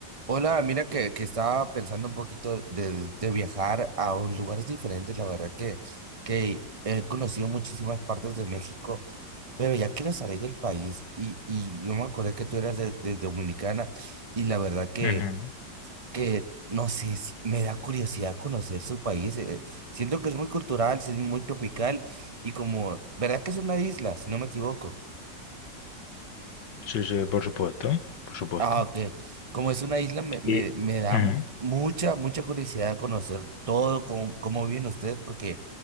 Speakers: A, on the right; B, on the left.
A: Hola, mira que, que estaba pensando un poquito de, de viajar a un- lugares diferentes. La verdad que, que he conocido muchísimas partes de México, pero ya quiero salir del país. Y, y yo me acordé que tú eras de, de Dominicana y la verdad que,
B: Ujú.
A: que no sé, si- me da curiosidad conocer su país. eh, siento que es muy cultural, es muy tropical y como, ¿verdad que es una isla, si no me equivoco?
B: Sí, sí, por supuesto, por supuesto.
A: Ah, ok. Como es una isla, me, me,
B: Y
A: me da
B: Ujú.
A: mucha, mucha curiosidad conocer todo, cómo, cómo viven ustedes, porque